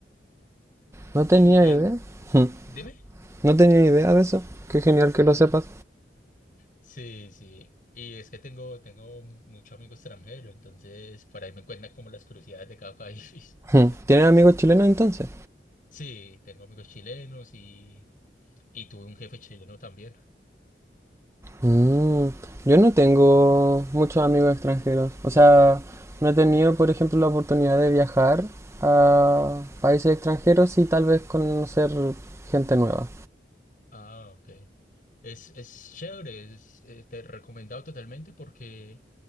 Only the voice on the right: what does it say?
No tenía
idea. <laughs>
No tenía idea de eso. Qué genial que lo sepas.
<laughs>
¿Tienes amigos chilenos entonces?
Mm, yo no tengo muchos amigos extranjeros. O sea, no he tenido, por ejemplo, la oportunidad de viajar a países extranjeros y tal vez conocer gente nueva.